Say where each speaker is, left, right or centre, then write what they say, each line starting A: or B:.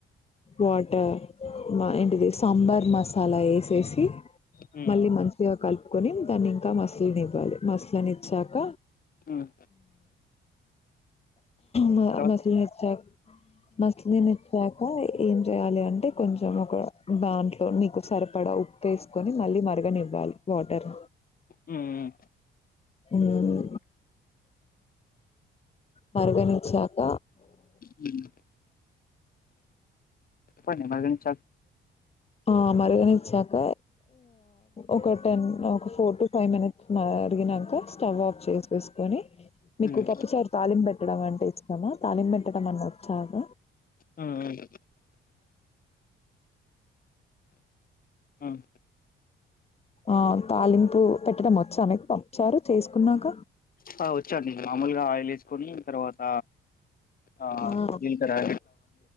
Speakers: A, on the left; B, on the left.
A: వాటర్ ఏంటిది సాంబార్ మసాలా వేసేసి
B: హ్మ్
A: మళ్ళీ మంచిగా కలుపుకొని దాన్ని ఇంకా మసలని ఇవ్వాలి మసలని ఇచ్చాక
B: హ్మ్
A: మ
B: తర్వాత
A: మసలునిచ్చాక మసని న ఇచ్చాక ఏం చేయాలి అంటే కొంచెం ఒక దాంట్లో నీకు సరిపడా ఉప్పుేసుకొని మళ్ళీ మరగనివ్వాలి వాటర్
B: హ్మ్ హ్మ్
A: ని మార్గనిచ్చాక
B: హ్మ్. ప మగని చాలు
A: ఆ మరిగని ఇచ్చాక ఒక టెన్ ఒక ఫోర్ టు ఫైవ్ మినిట్స్ మరిగినాక స్టవ్ ఆఫ్ చేసి వేసుకొని మీకు
B: హ్మ్
A: పప్పుచారు తాాలిం పెట్టడం అంటే ఇస్తామా తళిం పెట్టడం అని వచ్చాక
B: హ్మ్ హ్మ్ హ్మ్.
A: ఆ తాలింపు పెట్టడం వచ్చామెకు పప్పుచారు చేసుకున్నాక
B: హ వచుండి మమ్ములగా ఆయిల్ వేసాక కొలిిన తర్వాత హ
A: ఆ
B: జిలకర